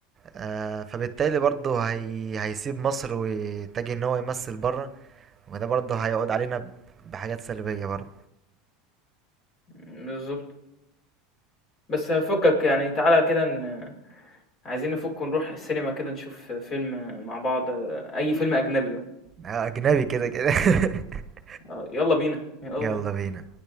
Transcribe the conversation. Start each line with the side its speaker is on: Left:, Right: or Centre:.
Right: آه فبالتالي برضه هي... هيسيب مصر ويتجه ان هو يمثل بره وده برضه هيعود علينا ب- بحاجات سلبية برضه
Left: بالضبط، بس فكك يعني تعالَ كده ن عايزين نفُك ونروح السينما كده نشوف فيلم مع بعض، أي فيلم أجنبي بقى،
Right: آه، اجنبي كده كده <laughs>
Left: آه، يالّا بينا، آه.
Right: يلا بينا